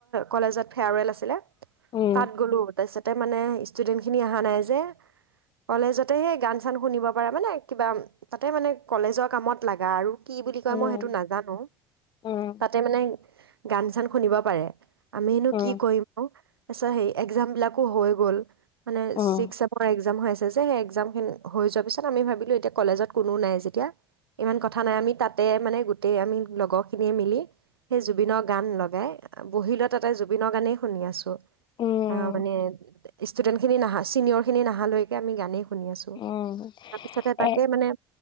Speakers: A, on the right; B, on the left.
A: কলেজত ফেয়াৰৱেল আছিলে
B: উম
A: তাত গ'লো তাৰপিছতে মানে ষ্টুডেন্ট খিনি অহা নাই যে কলেজতে সেই গান চান শুনিব পাৰে মানে কিবা তাতে মানে কলেজৰ কামত লাগা আৰু কি মই
B: উম
A: সেইটো নাজানো
B: উম
A: তাতে মানে গান চান শুনিব পাৰে আমি নো
B: উম
A: কৰিম আৰু আ সেই এক্জাম বিলাকো হৈ গ'ল মানে
B: উম
A: চিক্স চেমৰ এক্সম হৈ আছে সেই এক্সাম খিনি হৈ যোৱা পিছত আমি ভাবিলো এতিয়া কলেজত কোনো নাই যেতিয়া ইমান কথা নাই আমি তাত তাতে মানে গোটেই আমি লগৰখিনিয়ে মিলি সেই জুবিনৰ গান লগাই বহিলৈ তাতে জুবিনৰ গানেই শুনি আছোঁ
B: উম
A: অ মান ষ্টুডেণ্টখিনি নাহা চিনিয়ৰখিনি নাহা লৈকে আমি গান শুনি আছো
B: উম
A: তাৰপিছতে তাকে
B: এ
A: মানে